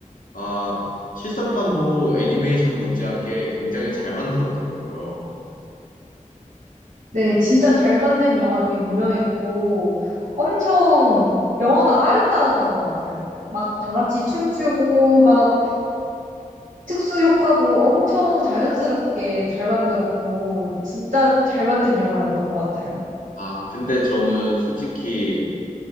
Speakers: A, on the left; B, on the right.
A: 아, 실사판도 애니메이션 못지않게 굉장히 잘 만들었더라고요.
B: 네, 진짜 잘 만든 영화로 유명했고, 엄청 영화가 아름다웠던 것 같아요. 막 다 같이 춤추고, 막 특수 효과도 엄청 자연스럽게 잘 만들었고, 진짜 잘 만든 영화였던 것 같아요.
A: 아, 근데 저는 솔직히